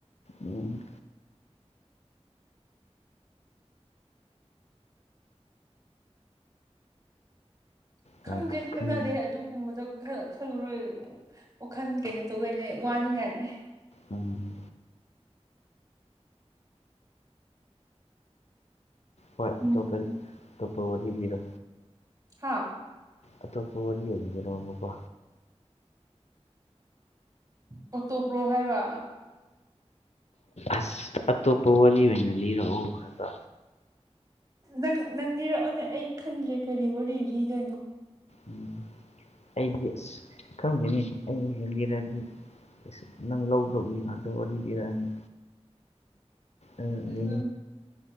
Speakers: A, on the left; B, on the right.
A: ꯎꯝ
B: ꯈꯪꯗ꯭ꯔꯦ
A: ꯌꯥꯝ
B: ꯀꯅꯔꯦ
A: ꯈꯪ
B: ꯑꯗꯨꯒꯨꯝꯕꯗꯣ ꯈꯜꯂꯨꯔꯣꯏ ꯋꯥꯈꯜ ꯀꯩꯅꯣ ꯇꯧꯒꯅꯦ ꯋꯥꯅꯤꯡꯉꯥꯏꯅꯦ
A: ꯎꯝ ꯍꯣꯏ
B: ꯎꯝ
A: ꯑꯇꯣꯞꯄ ꯑꯇꯣꯞꯄ ꯋꯥꯔꯤꯕꯤꯔꯣ
B: ꯍꯥꯥ
A: ꯑꯇꯣꯞꯄ ꯋꯥꯔꯤ ꯑꯣꯏꯟꯕꯤꯅꯕꯀꯣ
B: ꯑꯣꯇꯣꯄ꯭ꯔꯣ ꯍꯥꯏꯕ
A: ꯑꯁ ꯑꯇꯣꯞꯄ ꯋꯥꯔꯤ ꯑꯣꯏꯅ ꯂꯤꯔꯛꯑꯣ ꯈꯕ
B: ꯅꯪ ꯅꯪ ꯂꯤꯔꯛꯑꯣꯅꯦ ꯑꯩ ꯈꯪꯗ꯭ꯔꯦ ꯀꯔꯤ ꯋꯥꯔꯤ ꯂꯤꯗꯣꯏꯅꯣ
A: ꯎꯝ ꯑꯩꯗꯤ ꯑꯁ ꯈꯪꯗꯅꯤ ꯑꯩꯅ ꯍꯦꯟꯜꯂꯤꯔꯗꯤ ꯑꯁ ꯅꯪ ꯂꯧꯗꯧꯕꯒꯤ ꯉꯥꯛꯇ ꯋꯥꯔꯤꯗꯤꯔꯅꯤ ꯑꯅꯤ
B: ꯎꯝ